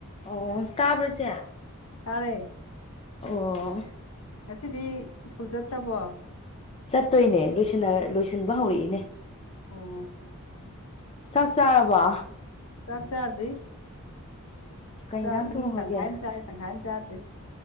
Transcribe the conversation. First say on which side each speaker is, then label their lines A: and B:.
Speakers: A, on the left; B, on the left.
A: ꯑꯣ ꯇꯥꯕ ꯆꯦ
B: ꯇꯥꯔꯦ
A: ꯑꯣ
B: ꯉꯁꯤꯗꯤ ꯁ꯭ꯀꯨꯜ ꯆꯠꯇ꯭ꯔꯕꯣ
A: ꯆꯠꯇꯣꯏꯅꯦ ꯂ ꯂꯣꯏꯁꯤꯟꯕ ꯍꯧꯔꯛꯏꯅꯦ
B: ꯑꯣ
A: ꯆꯥꯛ ꯆꯥꯔꯕ
B: ꯆꯥꯛꯆꯥꯥꯗ꯭ꯔꯤ
A: ꯀꯩ
B: ꯆꯥꯛ
A: ꯏꯟꯖꯥꯡ ꯊꯣꯡꯉꯒꯦ
B: ꯃꯤ ꯇꯪꯈꯥꯏ ꯑꯃꯥ ꯆꯥꯔꯦ ꯇꯪꯈꯥꯏ ꯑꯃꯥ ꯆꯥꯗ꯭ꯔꯤ